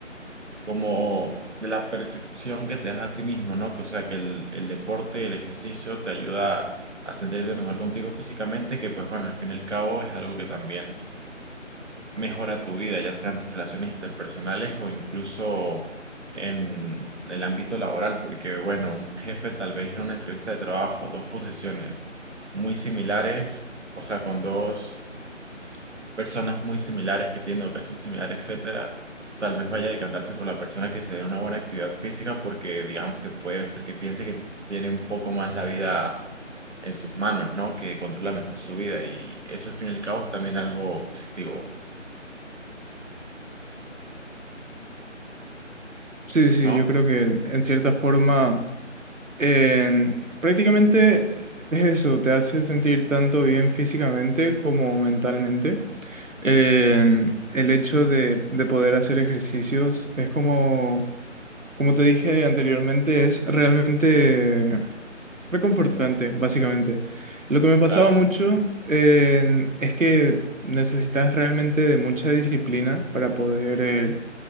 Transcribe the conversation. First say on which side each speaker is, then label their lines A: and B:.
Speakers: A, on the right (about 65°); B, on the right (about 90°).
A: como de la percepción que te das a ti mismo, ¿no? Que o sea que el, el deporte, el ejercicio te ayuda a sentirte mejor contigo físicamente, que pues bueno, al fin y al cabo es algo que también mejora tu vida, ya sea en tus relaciones interpersonales o incluso en el ámbito laboral, porque bueno, un jefe tal vez en una entrevista de trabajo, dos posiciones muy similares, o sea, con dos personas muy similares que tienen educación similar, etcétera, tal vez vaya a decantarse por la persona que se dé una buena actividad física porque digamos que puede ser que piense que tiene un poco más la vida en sus manos, ¿no? Que controla mejor su vida y eso al fin y al cabo es también algo positivo,
B: Sí, sí,
A: ¿no?
B: yo creo que en cierta forma en- prácticamente es eso, te hace sentir tanto bien físicamente como mentalmente. En el hecho de, de poder hacer ejercicios es como, como te dije anteriormente, es realmente Reconfortante, básicamente. Lo que me pasaba
A: Claro,
B: mucho eh, es que necesitas realmente de mucha disciplina para poder eh,